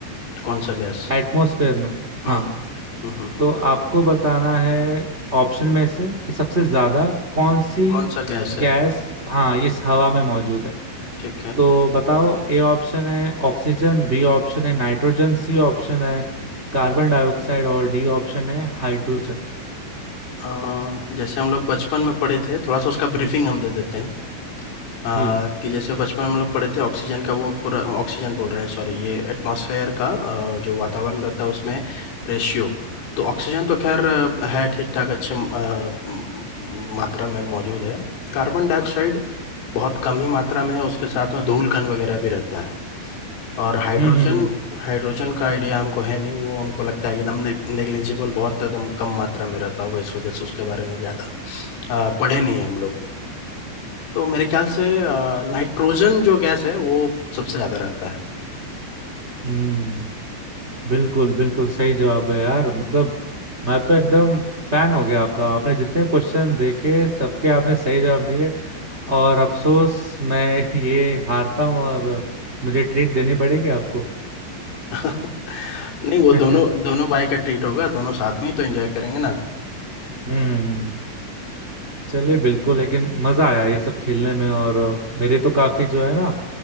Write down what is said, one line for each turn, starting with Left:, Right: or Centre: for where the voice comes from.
Left: कौन सा गैस
Right: एटमॉस्फेयर में
Left: हम्म
Right: हाँ
Left: हम्म हम्म
Right: तो
Left: हम्म।
Right: आपको बताना है ऑप्शन में से कि सबसे ज्यादा कौन सी
Left: कौन सा गैस है
Right: गैस हाँ इस हवा में मौजूद है
Left: ठीक है
Right: तो बताओ ए ऑप्शन है ऑक्सीजन बी ऑप्शन है नाइट्रोजन सी ऑप्शन है कार्बन डाइऑक्साइड और डी ऑप्शन है हाइड्रोजन
Left: अ, जैसे हम लोग बचपन में पढ़े थे थोड़ा सा उसका ब्रीफिंग हम दे देते हैं अ,
Right: जी
Left: कि जैसे बचपन में हम लोग पढ़े थे ऑक्सीजन का वो पूरा ऑक्सीजन बोल रहे हैं सॉरी ये एटमॉस्फेयर का अ, जो वातावरण रहता है उसमें रेशियो तो ऑक्सीजन तो खैर अ, है ठीक ठाक अच्छे अ, म- मात्रा में मौजूद है कार्बन डाइऑक्साइड बहुत कम ही मात्रा में है उसके साथ
Right: हम्म
Left: में धूल कण वगैरह भी रहता है और हाइड्रोजन
Right: हम्म हम्म
Left: हाइड्रोजन का आइडिया हमको है नहीं वो हमको लगता है कि एकदम नेग्लिजिबल बहुत एकदम कम मात्रा में रहता होगा इस वजह से उसके बारे में ज़्यादा अ, पढ़े नहीं है हम लोग तो मेरे ख्याल से आ, नाइट्रोजन जो गैस है वो सबसे ज़्यादा रहता है
Right: हम्म, बिल्कुल बिल्कुल सही जवाब है यार मतलब मैं तो एकदम फैन हो गया आपका आपने जितने क्वेश्चन देखे सबके आपने सही जवाब दिए और अफसोस मैं <laughs> ये हारता हूँ और मुझे ट्रीट देनी पड़ेगी आपको <laughs>
Left: <laughs> नहीं वो दोनों
Right: हम्म
Left: दोनों भाई का ट्रीट होगा दोनों साथ में ही तो एंजॉय करेंगे ना
Right: हम्म। चलिए बिल्कुल लेकिन मजा आया ये सब खेलने में और अ, मेरे तो काफी जो है ना